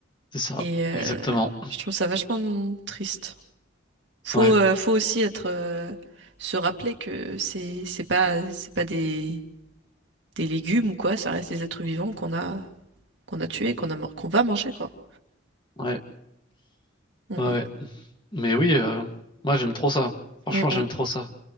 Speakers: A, on the left; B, on the right.
A: C'est ça,
B: Et euh,
A: exactement.
B: je trouve ça vachement triste. Faut,
A: Ouais,
B: euh, faut aussi être, euh, se rappeler que c'est, c'est pas, c'est pas des, des légumes ou quoi, ça reste des êtres vivants qu'on a, qu'on a tués, qu'on a, man- qu'on va manger, quoi.
A: ouais,
B: Mm,
A: ouais, ouais. Mais oui, euh, moi j'aime trop ça. Franchement,
B: mm,
A: j'aime
B: mm,
A: trop ça.